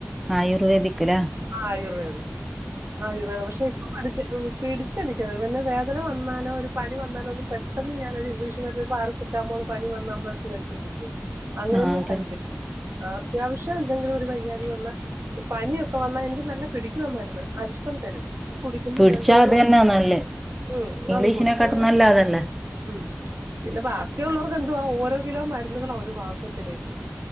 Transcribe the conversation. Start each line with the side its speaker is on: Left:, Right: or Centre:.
Centre: ആയുർവേദിക് ല്ലേ
Right: ആയുർവേദം ആയുർവേദം പക്ഷെ പഠിച്ചി പിടിച്ച് എനിക്കത് പിന്നെ വേദന വന്നാലോ ഒരു പനി വന്നാലോ ഒന്നും പെട്ടെന്ന് ഞാനൊര് ഒരു ഇംഗ്ലീഷ് പാരസെ സെറ്റാമോള് പനി വന്നാ നമ്മള് എടുത്ത് കഴിക്കത്തില്ലിയോ
Centre: ആഹ്
Right: അങ്ങനൊന്നും
Centre: അതന്നെ
Right: കഴിക്കത്തില്ല അത്യാവശ്യം എന്തെങ്കിലും ഒരു വയ്യാ യ്കവന്നാ പനിയൊക്കെ വന്നാ എനിക്ക് നല്ല പിടിക്കുവാ മരുന്ന് അരിഷ്ട്ടം തരും അത് കുടിക്കുമ്പൊ
Centre: പിടിച്ചാ
Right: രണ്ടോസം
Centre: അത് തന്നാ നല്ലേ
Right: ഉം
Centre: ഇംഗ്ലീഷിനെക്കാട്ടും
Right: അത് കുടിക്കും അങ്ങനെ
Centre: നല്ല അതല്ലേ
Right: ഉം പിന്നെ ബാക്കിയുള്ളോർക്ക് എന്തുവാ ഓരോ കിലോ മരുന്നുകളാ ഒരു മാസത്തിലേക്ക്